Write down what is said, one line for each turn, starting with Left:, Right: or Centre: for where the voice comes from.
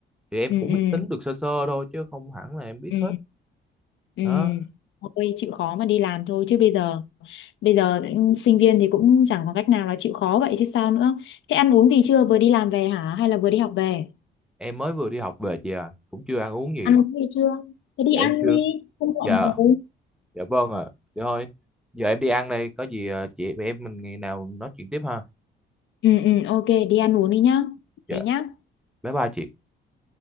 Centre: thì em
Left: ừ,
Centre: cũng
Left: ừ.
Centre: biết tính được sơ sơ thôi chứ không hẳn là em biết
Left: ừ
Centre: hết
Left: ừ
Centre: đó
Left: thôi chịu khó mà đi làm thôi chứ bây giờ bây giờ sinh viên thì cũng chẳng có cách nào là chịu khó vậy chứ sao nữa thế ăn uống gì chưa vừa đi làm về hả hay là vừa đi học về
Centre: em mới vừa đi học về chị à cũng chưa ăn uống gì
Left: ăn uống gì chưa thế đi
Centre: dạ,
Left: ăn
Centre: em chưa
Left: đi không
Centre: dạ
Left: muộn rồi
Centre: dạ vâng ạ à. dạ thôi giờ em đi ăn đây có gì à, chị em mình ngày nào nói chuyện tiếp ha
Left: ừ ừ ok đi ăn uống đi nhá
Centre: dạ
Left: thế nhá
Centre: bye bye chị